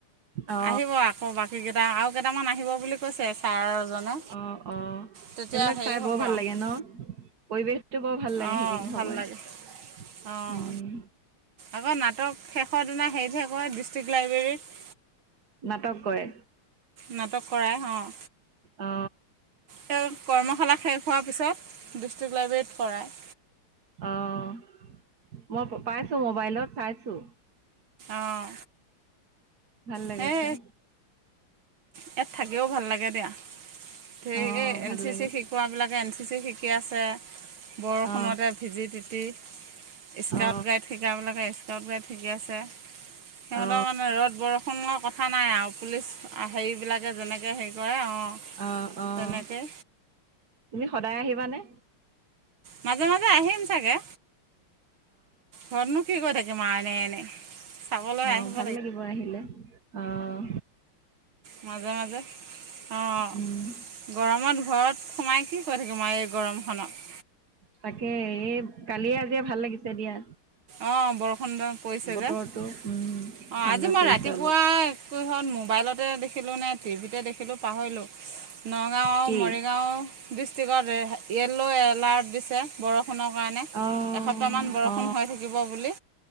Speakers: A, on the right; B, on the right.
A: অ',
B: আহিব আকৌ বাকী কেইটা আৰু কেইটামান আহিব বুলি কৈছে। ছাৰজনে
A: অহ', অহ'।
B: তেতিয়া
A: সেইবিলাক
B: হেৰি
A: চাই
B: হ'ব
A: বৰ ভাল
B: আৰু
A: লাগে ন। পৰিৱেশটো বৰ ভাল লাগে
B: অঁ
A: সেইখিনি
B: ভাল
A: সময়ত
B: লাগে অঁ
A: উম।
B: আকৌ নাটক শেষৰ দিনা হেৰিতহে কৰে ডিষ্ট্ৰিক্ট লাইব্ৰেৰীত।
A: নাটক কৰে।
B: নাটক কৰাই, অহ।
A: অ
B: তেওঁ কৰ্মশালা শেষ হোৱাৰ পিছত ডিষ্ট্ৰিক্ট লাইব্ৰেৰীত কৰায়।
A: অহ, মই পাইছোঁ ম'বাইলত চাইছোঁ।
B: অঁ
A: ভাল লাগে
B: সেই
A: চাই।
B: ইয়াত থাকিও ভাল লাগে দিয়া। সেই
A: অ
B: এই এন
A: ভাল
B: চি
A: লাগে
B: চি শিকোৱাবিলাকে এন চি চি শিকি আছে, বৰষুণতে
A: অ
B: ভিজি তিতি। স্কাউট
A: অ
B: গাইড শিকাবিলাকে স্কাউট গাইড শিকি আছে। সিহঁতৰ
A: অ
B: মানে ৰ'দ বৰষুণৰ কথা নাই আৰু পুলিচ হেৰিবলাকে যেনেকে হেৰি কৰে অঁ
A: অহ', অহ'।
B: তেনেকৈ
A: তুমি সদায় আহিবানে?
B: মাজে-মাজে আহিম চাগে। ঘৰতনো কি কৰি থাকিম আৰু এনেই এনেই। চাবলৈ
A: অহ,
B: আহিব
A: ভাল লাগিব আহিলে অহ।
B: মাজে-মাজে অহ,
A: উম
B: গৰমত ঘৰত সোমায় কি কি কৰি থাকিম আৰু এই গৰমখনত।
A: তাকে এই কালিয়ে আজিয়ে ভাল লাগিছে দিয়া।
B: অহ, বৰষুণ <unintelligible> পৰিছে
A: বতৰটো
B: যে। অহ,
A: উম ঠাণ্ডা
B: আজি মই
A: পৰিছে
B: ৰাতিপুৱাই
A: অলপ
B: কিহত ম'বাইলতে দেখিলোঁ নে টিভিতে দেখিলোঁ। পাহৰিলোঁ, নগাঁও আৰু
A: কি
B: মৰিগাঁও ডিষ্ট্ৰিক্টত য়েল্ল' এলাৰ্ট দিছে। বৰষুণৰ কাৰণে
A: অ
B: এসপ্তাহমান বৰষুণ
A: অ
B: হৈ থাক কিব বুলি